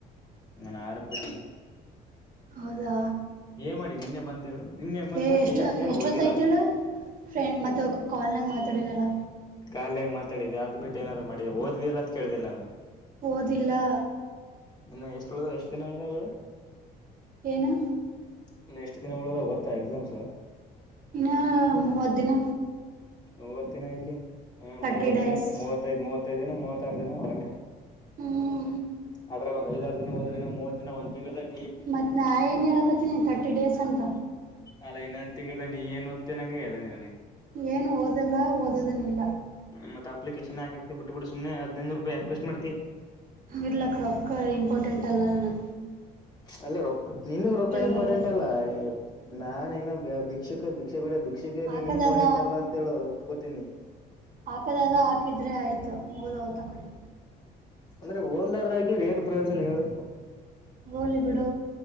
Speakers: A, on the left; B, on the right.
A: ನಾನು ಆರಕ ಬಂದೆ.
B: ಹೌದಾ...
A: ಏ ಮಾಡಿ ನಿನ್ನೆ ಬಂದ ಹೇಳ. ನಿನ್ನೆ ಬಂದಂತ
B: ಏ ಎಷ್ಟು
A: ಏನ್ ಏನ್
B: ಎಷ್ಟೊತ್ತಾಯತಿಳ
A: ಓದಿಲ್ಲ
B: ಫ್ರೆಂಡ್ ಮತ್ತುತ್ತ ಕಾಲ್ನಾಗ ಮಾತಾಡನಲ್ಲ.
A: ಕಾಲಯಾಗಿ ಮಾತಾಡಿದೆ ಅದು ಬಿಟ್ಟು ಏನಾದ್ರು ಮಾಡಿದ್ದಿದೆ ಓದಿಲ್ಲ ಅಂತ ಕೇಳ್ದಿಲ್ಲ ನಾನು.
B: ಓದಿಲ್ಲಾ.
A: ಇನ್ನ ಎಷ್ಟು ಉಳ್ದ ಎಷ್ಟ್ ದಿನಾ ಅದವಾ ಹೇಳು.
B: ಏನ್?
A: ಇನ್ನು ಎಷ್ಟ್ ದಿನ ಉಳಿದಾವ ಗೊತ್ತಾ ಎಕ್ಸಾಮ್ಸ್.
B: ಇನ್ನು ಮೂವತ್ತು ದಿನ.
A: ಮೂವತ್ ದಿನ ಇಲ್ಲಿ ಹ
B: ತರ್ಟಿ
A: ಮೂವತ್
B: ಡೇಸ್
A: ದಿನ ಮೂವತ್ತೈ ಮೂವತ್ತೈ ದಿನ ಮೂವತ್ತಾರು ದಿನ ಹೊಟೆ.
B: ಹ್ಮ
A: ಅದಾರಗ ಒಂದ ಐದಾರ ದಿನ ಹೋದ್ರ ಇನ್ನು ಮೂವ ದಿನ ಒಂದ ತಿಂಗಾಲದಾಗ.
B: ಮತ್ತ ನಾನ ಏನ್ ಹೇಳಕತ್ತೀನಿ ತರ್ಟಿ ಡೇಸ್ ಅಂತ.
A: ಅಲ್ಲ ಇನ್ನೊಂದ ತಿಂಗಳದಾಗ್ ನೀ ಏನ್ ಓತಿ ನಂಗೆ ಹೇಳ್ ನಗ.
B: ಏನು ಓದಲ್ಲ ಓದದನಿಲ್ಲ.
A: ಮತ್ತ ಅಪ್ಲಿಕೇಶನ್ ಹಾಕಕ ಬಿಟ್ಬಿಡು ಸುಮ್ನೆ ಹದಿನೈದುನುರೂಪಾಯಿ ಯಾಕ್ ವೇಸ್ಟ್ ಮಾಡತಿ.
B: ಇರ್ಲಕ ರೊಕ್ಕ ಇಂಪಾರ್ಟೆಂಟ್ ಅಲ್ಲ ನನಗ.
A: ಅಲ್ಲಿ ರೊಕ್ಕ ನಿನ್ಗ್ ರೊಕ್ಕ ಇಂಪಾರ್ಟೆಂಟ್
B: ಹೋಗ್ಲಿ
A: ಅಲ್ಲ ನಾನ್ ಏನ ಬೇ ಭಿಕ್ಷುಕ ಬೀ ಭಿಕ್ಷೆಗಡೆ ಭಿಕ್ಷೆಗೆನ
B: ಹಾಕದಾದ
A: ಇಂಪಾರ್ಟೆಂಟ್ ಅಲ್ಲ ಅಂತೇಳ ಒಪ್ಕೋತೀನಿ.
B: ಹಾಕದಾಗ ಹಾಕಿದ್ರೆ ಆಯಿತು ಮುಗಿದ ಹೋತ ಅಕಡೆ.
A: ಅಂದ್ರೆ ಓದ್ಲಾರ್ದ ಹಾಕಿದ್ರ ಏನ್ ಪ್ರಯೋಜನ ಹೇಳು.
B: ಹೋಲಿ ಬಿಡೋ.